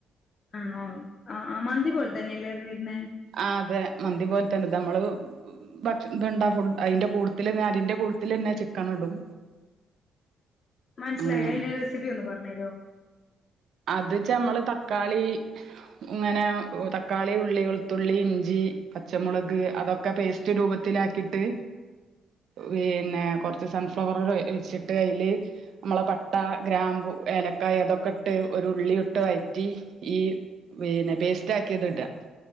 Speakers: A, on the left (about 45°); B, on the right (about 65°).
A: ആണോ ആഹ് ആ മന്തി പോലെ തന്നെയല്ലേ ഏത് വരുന്ന
B: ആഹ് അതെ മന്തി പോലെ തന്നെ നമ്മള് ഭക്ഷ ഇതുണ്ടാ ഫുഡ് അയ്ന്റെ കൂട്ടത്തിൽ അരീന്റെ കൂട്ടത്തിൽന്നെ ചിക്കൻ ഇടും
A: മനസ്സിലായില്ല
B: അങ്ങനാണ്
A: അതിന്റെ റെസിപ്പി ഒന്ന് പറഞ്ഞരോ
B: അത്ച്ച നമ്മള് തക്കാളി ഇങ്ങനെ തക്കാളി ഉള്ളി വെളുത്തുള്ളി ഇഞ്ചി പച്ചമുളക് അതൊക്കെ ഒക്കെ പേസ്റ്റ് രൂപത്തിലാക്കിയിട്ട് പിന്നെ കുറച്ച് സൺഫ്ലവർ വെച്ചിട്ട് കയ്ൽ നമ്മളെ പട്ട ഗ്രാമ്പു ഏലക്കായ അതൊക്കെ ഇട്ട് ഒരു ഉള്ളിയുട്ട് കയറ്റി ഈ പിന്നെ പേസ്റ്റ് ആാക്കിയത് ഇടാ